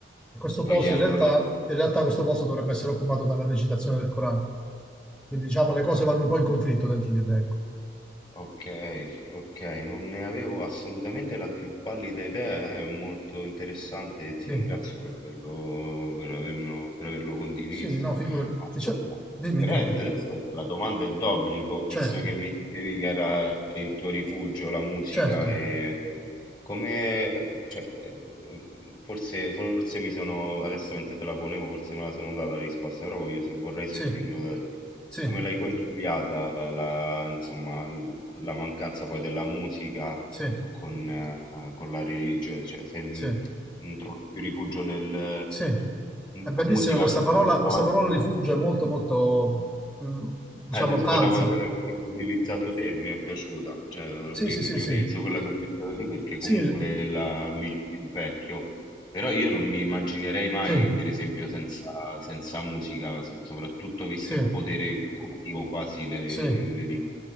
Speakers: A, in the centre; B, on the left.
A: e questo
B: togliendolo?
A: posto in realtà, in realtà questo posto dovrebbe essere occupato dalla recitazione del Corano. Quindi diciamo
B: Ok,
A: le cose vanno un po' in conflitto dentro di te, ecco.
B: Okay, okay, non ne avevo assolutamente la più pallida idea, eh, è molto interessante e
A: Sì.
B: ti ringrazio per averlo per avermelo per averlo condiviso.
A: Sì, no, figurati.
B: Ma ascolta,
A: Dice- Dimmi,
B: veramente
A: dimmi, dimmi.
B: adesso la domanda è d'obbligo, visto
A: Certo,
B: che mi dicevi che era il tuo rifugio la musica,
A: certo.
B: ehm, come cioè, ehm, forse forse mi sono adesso mentre te la ponevo forse me la sono data la risposta, però voglio se vorrei sentirlo
A: Sì,
B: da te.
A: sì,
B: Come l'hai conciliata la insomma l la mancanza poi della musica
A: sì,
B: con, eh, con la religione, cioè se n-
A: sì,
B: non trovi più rifugio nel-
A: sì.
B: nella
A: È bellissima
B: musica,
A: questa
B: suppongo
A: parola,
B: trovarti
A: questa parola
B: rifugio
A: rifugio, è molto, molto, mh, diciamo,
B: eh, uso
A: calza.
B: quella che che hai utilizzato te, mi è piaciuta, cioè
A: Sì,
B: ri-
A: sì,
B: riutilizzo
A: sì, sì.
B: quella che ho utilizzato te perché
A: Sì,
B: comunque la mi rispecchio, però io non mi immaginerei mai,
A: sì,
B: per esempio, senza, senza musica, se- soprattutto visto
A: sì,
B: il potere curativo quasi le,
A: sì,
B: le di-